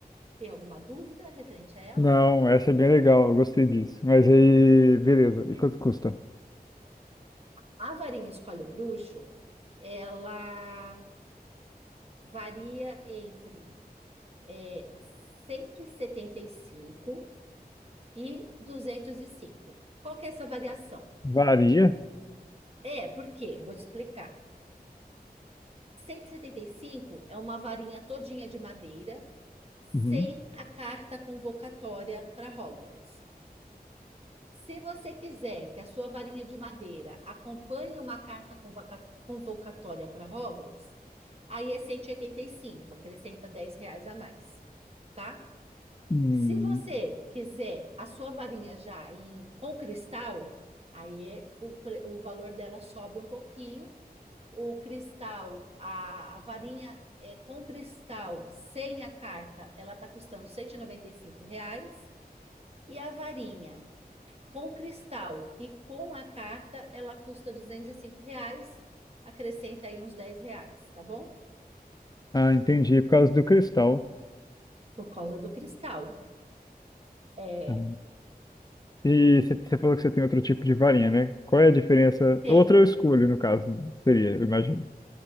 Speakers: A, on the right; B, on the left.
A: Tem alguma dúvida referente a ela?
B: Não, essa é bem legal, eu gostei disso. Mas aí, beleza. E quanto custa?
A: A varinha escolhe o bruxo, ela varia entre é, 175 e 205. Qual que é essa variação?
B: Varia.
A: É, por quê? Eu vou te explicar. 175 é uma varinha todinha de madeira sem
B: Uhum.
A: a carta convocatória para Hogwarts. Se você quiser que a sua varinha de madeira acompanhe uma carta convoca- convocatória para Hogwarts, aí é 185, acrescenta 10 reais a mais, tá?
B: Hum,
A: Se você quiser a sua varinha já em, com cristal, aí é- o, pre- o valor dela sobe um pouquinho o cristal, a, a varinha é, com cristal, sem a carta, ela está custando 195 reais, e a varinha com cristal e com a carta, ela custa 205 reais, acrescenta aí uns 10 reais, tá bom?
B: Ah, entendi. Por causa do cristal.
A: Por causa do cristal. É,
B: Ah. E você você falou que você tem outro tipo de varinha, né? Qual é a diferença?
A: tem.
B: Outro escolho, no caso, seria, eu imagino.